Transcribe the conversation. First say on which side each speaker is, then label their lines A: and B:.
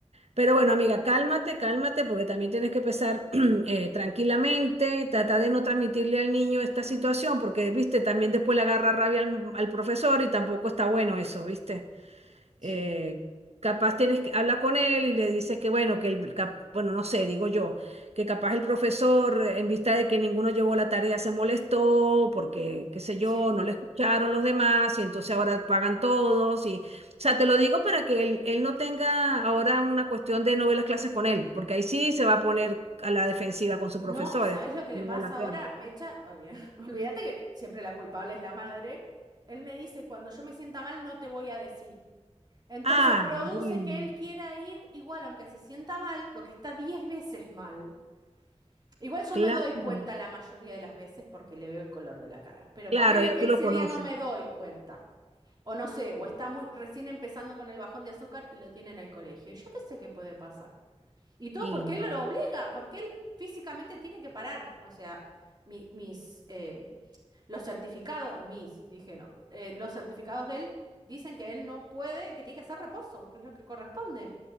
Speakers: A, on the right; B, on the right.
A: Pero bueno, amiga, cálmate, cálmate, porque también tienes que pensar <clears throat> eh, tranquilamente, tratar de no transmitirle al niño esta situación, porque, viste, también después le agarra rabia al, al profesor y tampoco está bueno eso, ¿viste?
B: sí,
A: eh, capaz tienes que habla con él y le dices que bueno, que el, cap- bueno, no sé, digo yo, que capaz el profesor, eh, en vista de que ninguno llevó la tarea, se molestó porque, qué sé yo,
B: sí.
A: no le escucharon los demás y entonces ahora pagan todos y, o sea, te lo digo para que él, él no tenga ahora una cuestión de no ver las clases con él, porque ahí sí se va a poner a la defensiva con sus
B: No,
A: profesores.
B: ¿sabes lo que le
A: No
B: pasa
A: vale la
B: ahora?
A: pena.
B: Mecha, olvi- <laughs> olvídate que siempre la culpable es la madre. Él me dice, cuando yo me sienta mal, no te voy a decir. Entonces
A: Ah,
B: produce
A: bueno,
B: que él quiera ir igual, aunque se sienta mal, lo que está diez veces mal. Igual yo
A: claro,
B: me doy cuenta la mayoría de las veces porque le veo el color de la cara. Pero
A: claro,
B: ponele
A: ya
B: que
A: tú
B: ese
A: lo conoces.
B: día no me doy cuenta. O no sé, o está muy recién empezando con el bajón de azúcar y lo tiene en el colegio. Yo qué sé qué puede pasar. Y todo
A: Y
B: porque
A: no.
B: él lo obliga, porque él físicamente tiene que parar. O sea, mi- mis, eh, los certificados, mis, dije no, eh, los certificados de él dicen que él no puede, que tiene que hacer reposo, que es lo que corresponde.